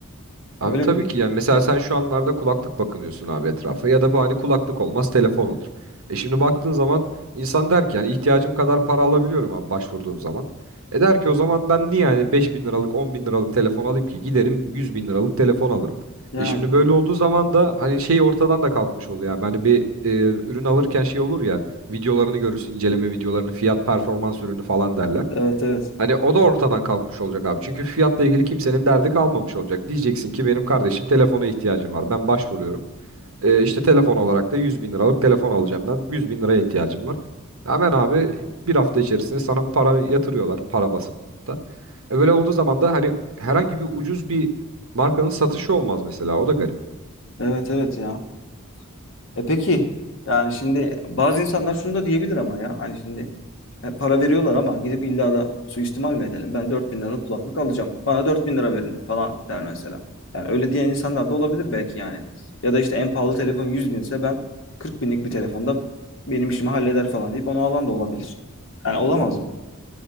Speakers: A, on the right (about 70°); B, on the left (about 60°).
A: Abi
B: Böyle
A: tabii
B: bir
A: ki yani mesela sen şu anlarda kulaklık bakınıyorsun abi etrafa ya da bu hani kulaklık olmaz telefon olur. E şimdi baktığın zaman insan der ki yani ihtiyacım kadar para alabiliyorum abi başvurduğum zaman. E der ki o zaman ben niye yani 5 bin liralık 10 bin liralık telefon alayım ki giderim 100 bin liralık telefon alırım.
B: yani
A: E şimdi böyle olduğu zaman da hani şey ortadan da kalkmış oluyor yani hani bir e, ürün alırken şey olur ya videolarını görürsün inceleme videolarını fiyat performans ürünü falan derler.
B: evet evet.
A: Hani o da ortadan kalkmış olacak abi. Çünkü fiyatla ilgili kimsenin derdi kalmamış olacak. Diyeceksin ki benim kardeşim telefona ihtiyacım var. Ben başvuruyorum. Ee, işte telefon olarak da 100 bin liralık telefon alacağım ben. 100 bin liraya ihtiyacım var. Hemen abi bir hafta içerisinde sana para yatırıyorlar. Para basıp da. E böyle olduğu zaman da hani herhangi bir ucuz bir markanın satışı olmaz mesela. O da garip.
B: Evet evet ya. E peki yani şimdi bazı insanlar şunu da diyebilir ama ya hani şimdi e, para veriyorlar ama gidip illa da suistimal mi edelim? Ben 4000 lira kulaklık alacağım. Bana 4000 lira verin falan der mesela. Yani öyle diyen insanlar da olabilir belki yani. Ya da işte en pahalı telefon 100 binse ben 40 binlik bir telefonda benim işimi halleder falan deyip onu alan da olabilir. Yani olamaz mı?